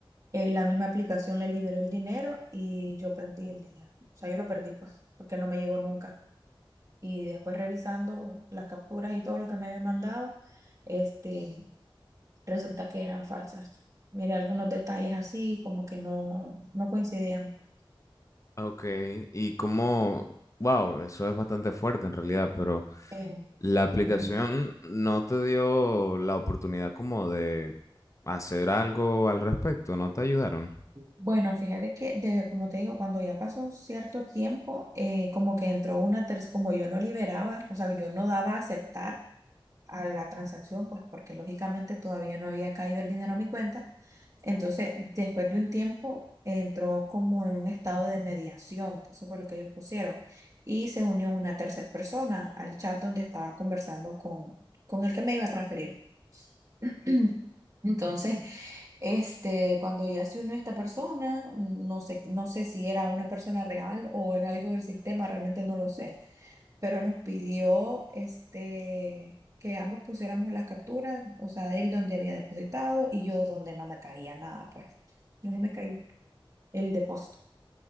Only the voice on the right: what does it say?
eh, la misma aplicación le liberó el dinero y yo perdí el dinero. O sea, yo lo perdí, pues, porque no me llegó nunca. Y después revisando las capturas y todo lo que me había mandado, este, resulta que eran falsas. Mire, algunos detalles así, como que no, no coincidían.
Eh,
sí, pues,
Bueno, fíjate que desde, como te digo, cuando ya pasó un cierto tiempo, eh, como que entró una tercera, como yo no liberaba, o sea, yo no daba a aceptar a la transacción, pues porque lógicamente todavía no había caído el dinero a mi cuenta. Entonces, después de un tiempo, entró como en un estado de mediación, eso fue lo que ellos pusieron, y se unió una tercera persona al chat donde estaba conversando con, con el que me iba a transferir. <clears throat> Entonces, este, cuando ya se unió esta persona, no sé, no sé si era una persona real o era algo del sistema, realmente no lo sé, pero nos pidió este, que ambos pusiéramos las capturas, o sea, él donde había depositado y yo donde no me caía nada, pues, no me caía el depósito.